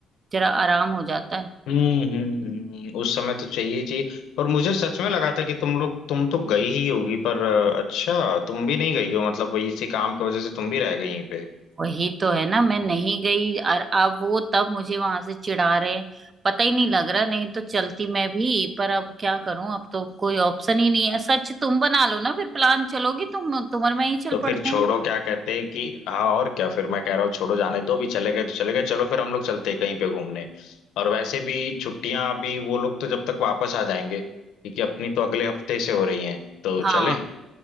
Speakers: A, on the right; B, on the left.
A: जरा आराम हो जाता है
B: हम्म हम्म हम्म, उस समय तो चाहिए ही चाहिए पर मुझे सच में लगा था कि तुम लोग तुम तो गई ही होगी पर अ, अच्छा तुम भी नहीं गई हो मतलब वही इसी काम की वजह से तुम भी रह गई यहीं पे
A: वही तो है ना मैं नहीं गई और अब वो तब मुझे वहां से चिढ़ा रहे हैं। पता ही नहीं लग रहा नहीं तो चलती मैं भी पर अब क्या करूं अब तो कोई ऑप्शन ही नहीं है सच तुम बना लो ना फिर प्लान चलोगी तुम तुम और मैं ही चल
B: तो
A: पड़ते
B: फिर छोड़ो
A: हैं
B: क्या कहते हैं कि हाँ और क्या फिर मैं कह रहा हूँ छोड़ो जाने दो भी चले गए तो चले गए चलो फिर हम लोग चलते हैं कहीं पे घूमने और वैसे भी छुट्टियां अभी वो लोग तो जब तक वापस आ जाएंगे क्योंकि अपनी तो अगले हफ्ते से हो रही हैं तो
A: हाँ
B: चलें